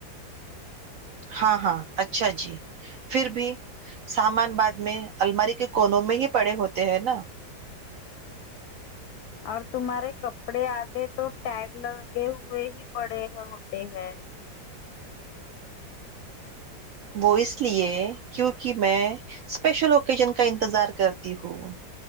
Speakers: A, on the right; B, on the left.
A: ہاں ہاں اچھا جی پھر بھی سامان باد میں الماری کے کونوں میں ہی پڑے ہوتے ہیں نا
B: اور تمہارے کپڑے آدھے تو ٹگ لگے ہوئے ہی پڑے ہوتے ہیں
A: وہ اس لیے کیونکہ میں اسپیشل اوکیجن کا انتظار کرتی ہوں